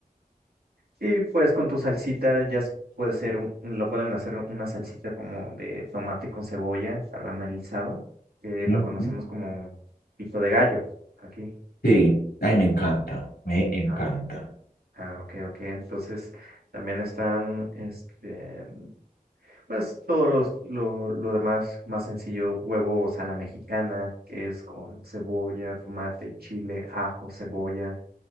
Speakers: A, on the right; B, on the left.
A: Y pues con tu salsita ya s- puede ser, un- un- lo pueden hacer una salsita como de tomate con cebolla caramelizado, que
B: Ujú.
A: lo conocemos como pico de gallo aquí.
B: Sí, ay, me encanta, me encanta.
A: ah, Ah, ok, ok. Entonces también están, este, pues todo los, lo, lo demás más sencillo, huevos a la mexicana, que es con cebolla, tomate, chile, ajo, cebolla.